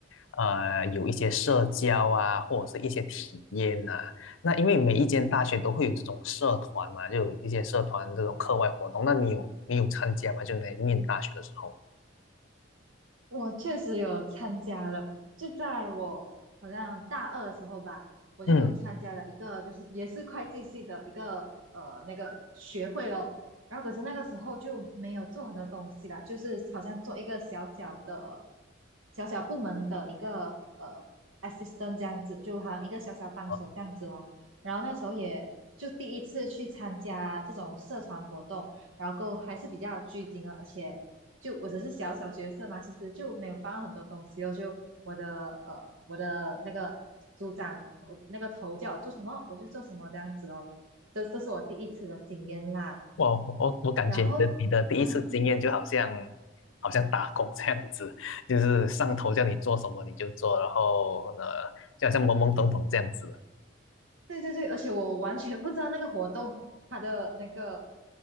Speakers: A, on the left; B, on the right.
A: 呃，有一些社交啊，或者是一些体验呐、那因为每一间大学都会有这种社团嘛，就有一些社团这种课外活动。那你有你有参加吗？就你在念大学的时候。
B: 我确实有参加了，就在我好像大二的时候吧，我就参加了一个，
A: 嗯，
B: 就是也是会计系的一个呃那个学会咯。然后可是那个时候就没有做很多东西啦，就是好像做一个小小的、小小部门的一个呃 assistant 这样子，就好像一个小小帮手这样子哦。
A: 啊
B: 然后那时候也就第一次去参加这种社团活动，然后还是比较拘谨的，而且就我只是小小角色嘛，其实就没有放很多东西哦。就我的呃，我的那个组长，我那个头叫我做什么，我就做什么这样子哦。这这是我第一次的经验啦。
A: 哇，我我我感觉你的你的第一次经验就好像
B: 然后啊，
A: 好像打工这样子，就是上头叫你做什么你就做，然后呢就好像懵懵懂懂这样子。
B: 对对对，而且我完全不知道那个活动它的那个